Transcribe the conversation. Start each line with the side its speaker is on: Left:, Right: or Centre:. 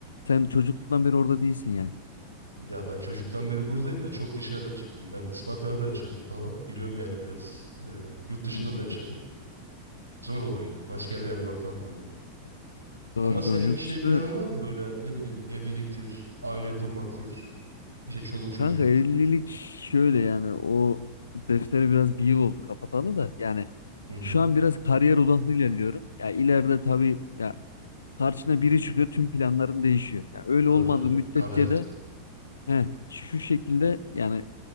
Left: Sen çocukluktan beri orada değilsin yani.
Right: Ya ben çocuktan beri buradayım da çok dışarıda çıktım. Ben Isparta'da da yaşadım falan. Biliyorum yani biraz. Ee, yurt dışında
Left: Hmm,
Right: da yaşadım. Zor oluyor. Başka bir yerde ortam bulmak.
Left: doğru
Right: Ama senin
Left: doğru. Yurt
Right: bir şey
Left: dışında
Right: planın var mı böyle ne bileyim evliliktir, aile kurmaktır, işte çoluk çocuk.
Left: kanka evlilik şöyle yani o defteri biraz bir yıl oldu kapatalı da yani
Right: Hı hı.
Left: şu an biraz kariyer odaklı ilerliyorum. Ya ileride tabii ya karşına biri çıkıyor tüm planların değişiyor. Yani öyle
Right: Tabii
Left: olmadığı
Right: canım.
Left: müddetçe
Right: Kader.
Left: de heh, şu şekilde yani